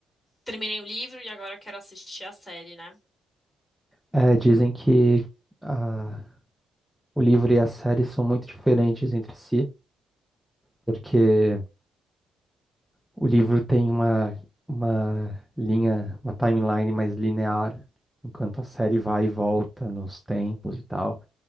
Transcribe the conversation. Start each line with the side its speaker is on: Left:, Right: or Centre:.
Left: terminei o livro e agora quero assistir a série, né?
Centre: É, dizem que a- o livro e a série são muito diferentes entre si, porque o livro tem uma, uma linha, uma timeline mais linear, enquanto a série vai e volta nos tempos e tal.